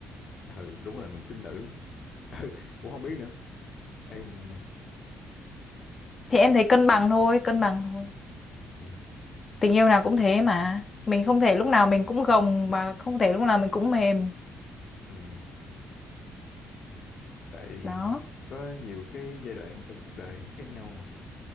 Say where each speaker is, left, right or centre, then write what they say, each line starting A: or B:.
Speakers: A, on the left; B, on the left.
A: ừ đúng là mình tính nữ. <laughs> Ừ, cũng không biết nữa. Ê, ừm,
B: thì em thấy cân bằng thôi cân bằng thôi
A: ừm,
B: tình yêu nào cũng thế mà mình không thể lúc nào mình cũng gồng mà không thể lúc nào mình cũng mềm
A: ừm, tại
B: đó
A: có nhiều cái giai đoạn trong cuộc đời nó khác nhau mà.